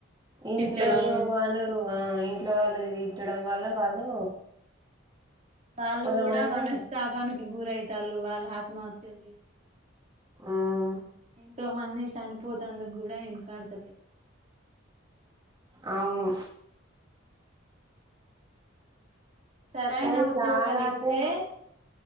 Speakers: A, on the right (about 20°); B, on the right (about 35°).
A: ఇంట్లోళ
B: తిట్టడం
A: అనుడు ఇట్ల వాళ్లు తిట్టడం వల్ల వాళ్ళు
B: వాళ్ళు
A: కొంతమంది
B: కూడా మనస్తాపాన్ గురైతాలు వాళ్ళు ఆత్మహత్యలు
A: మ్మ్
B: ఎంతో మంది చనిపోతాడు కూడా ఇనకాడతలే
A: అవును
B: సరైన
A: కానీ
B: ఉద్యోగాలు
A: చాలా
B: ఇస్తే
A: అంటే